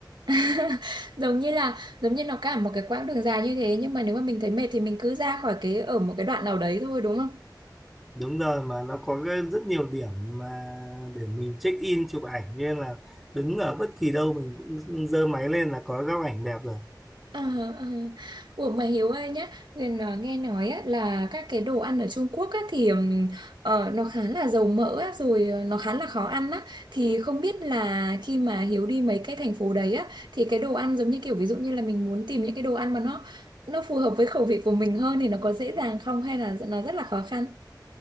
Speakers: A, on the right; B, in the centre.
A: <laughs> giống như là giống như nó cả một cái quãng đường dài như thế nhưng mà nếu mà mình thấy mệt thì mình cứ ra khỏi cái ở một cái đoạn nào đấy thôi đúng không
B: đúng rồi mà nó có cái- rất nhiều điểm mà để mình check in chụp ảnh nên là đứng ở bất kỳ đâu mình cũng giơ máy lên là có góc ảnh đẹp rồi
A: À, à. Ủa mà Hiếu ơi nhá, Huyền ờ, nghe nói á, là các cái đồ ăn ở Trung Quốc á, thì ừm, ờ, nó khá là dầu mỡ á, rồi ờ, nó khá là khó ăn á. Thì không biết là khi mà Hiếu đi mấy cái thành phố đấy á, thì cái đồ ăn giống như kiểu ví dụ như là mình muốn tìm những cái đồ ăn mà nó nó phù hợp với khẩu vị của mình hơn thì nó có dễ dàng không hay là nó rất là khó khăn?